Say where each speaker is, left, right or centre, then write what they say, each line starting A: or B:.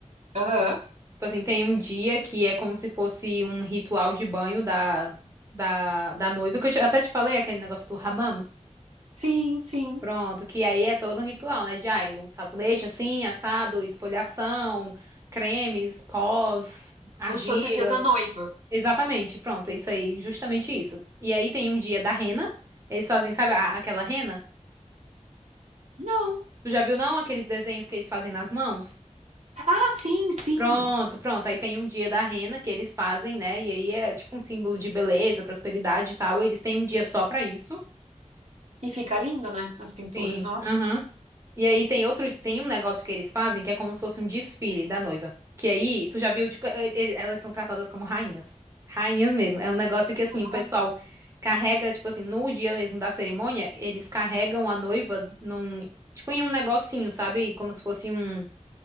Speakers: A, on the right; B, on the right.
A: Aham.
B: Tipo assim, tem um dia que é como se fosse um ritual de banho da, da, da noiva, que eu te- até te falei, aquele negócio do hammam.
A: Sim, sim.
B: Pronto, que aí é todo um ritual, né? De ai, um sabonete assim, assado, esfoliação, cremes, pós, argilas.
A: Como se fosse o dia da noiva.
B: Exatamente, pronto, isso aí, justamente isso. E aí tem um dia da rena, eles fazem, sabe, a- aquela rena?
A: Não.
B: Tu já viu, não, aqueles desenhos que eles fazem nas mãos?
A: Ah, sim, sim.
B: Pronto, pronto, aí tem um dia da rena que eles fazem, né? E aí é tipo um símbolo de beleza, prosperidade e tal. Eles têm um dia só pra isso.
A: E fica lindo, né? As pinturas,
B: Sim.
A: nossa.
B: Aham. E aí tem outro, tem um negócio que eles fazem que é como se fosse um desfile da noiva. Que aí, tu já viu, tipo, e- e- elas são tratadas como rainhas. Rainhas mesmo. É um negócio que assim,
A: Ah,
B: o pessoal carrega, tipo assim, no dia mesmo da cerimônia, eles carregam a noiva num, tipo, em um negocinho, sabe? Como se fosse um,